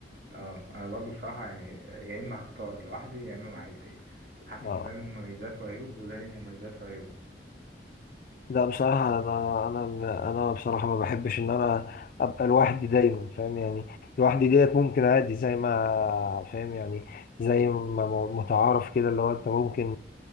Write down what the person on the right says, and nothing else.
أه أنا برضو بصراحة يعني آه، يا إما هختار لوحدي يا إما مع عيلتي حاسس
إن ده ليه مميزات وعيوب وده ليه مميزات وعيوب